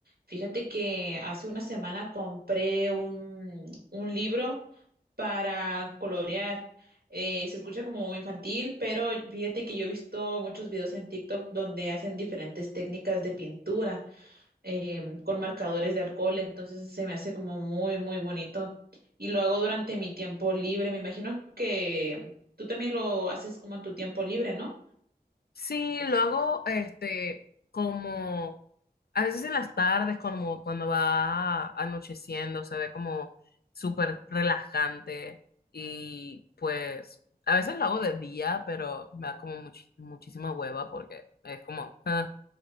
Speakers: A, on the right; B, on the left.
A: fíjate que hace una semana compré un, un libro para colorear. Eh, se escucha como muy infantil, pero fíjate que yo he visto muchos videos en TikTok donde hacen diferentes técnicas de pintura. eh, con marcadores de alcohol, entonces se me hace como muy, muy bonito. Y lo hago durante mi tiempo libre. Me imagino que em, tú también lo haces como en tu tiempo libre, ¿no?
B: Sí, lo hago este como a veces en las tardes, como cuando va anocheciendo, se ve como súper relajante y pues a veces lo hago de día, pero me da como much- muchísima hueva porque es como ah,